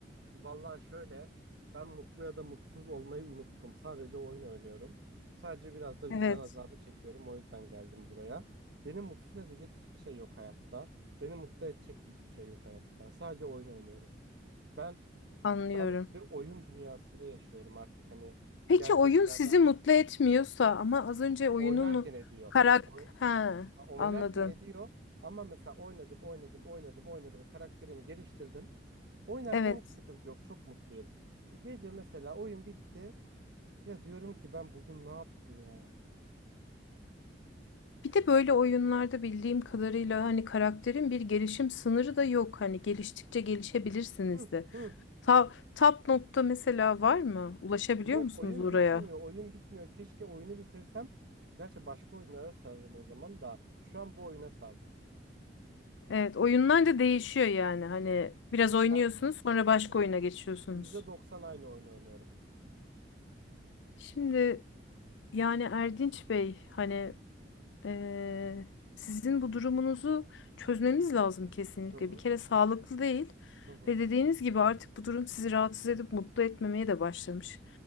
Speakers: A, on the right; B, on the left.
A: Vallahi şöyle ben mutlu ya da mutsuz olmayı unuttum. Sadece oyun oynuyorum. Sadece biraz da
B: Evet.
A: vicdan azabı çekiyorum. O yüzden geldim buraya. Beni mutsuz edecek hiçbir şey yok hayatta. Beni mutlu edecek de hiçbir şey yok hayatta. Sadece oyun oynuyorum. Ben
B: Anlıyorum.
A: ben bir oyun dünyasında yaşıyorum artık hani
B: Peki
A: gerçeklerden
B: oyun sizi mutlu
A: koptum.
B: etmiyorsa ama az önce oyunun
A: Oynarken ediyor.
B: karak
A: Oy-
B: ha
A: oynarken
B: anladım.
A: ediyor ama mesela oynadım, oynadım, oynadım, oynadım. Karakterimi geliştirdim. Oynarken
B: Evet.
A: hiç sıkıntı yok. Çok mutluyum. Gece mesela oyun bitti. Ya diyorum ki ben bugün ne yaptım ya?
B: Bir de böyle oyunlarda bildiğim kadarıyla hani karakterin bir gelişim sınırı da yok. Hani geliştikçe gelişebilirsiniz
A: Hı,
B: de.
A: hı.
B: Ta, top nokta mesela var mı? Ulaşabiliyor
A: Yok
B: musunuz
A: oyun
B: oraya?
A: bitmiyor. Oyun bitmiyor. Keşke oyunu bitirsem. Gerçi başka oyunlara sararım o zaman da. Şu an bu oyuna sardım.
B: Evet, oyunlar da değişiyor yani. Hani biraz oynuyorsunuz
A: Ara...
B: sonra başka
A: <laughs>
B: oyuna geçiyorsunuz.
A: %90 aynı oyunu oynuyorum.
B: Şimdi yani Erdinç Bey hani Eee, sizin bu durumunuzu çözmemiz lazım kesinlikle.
A: Hı hı
B: Bir kere sağlıklı değil
A: hı hı
B: ve dediğiniz gibi artık bu durum sizi rahatsız edip mutlu etmemeye de başlamış.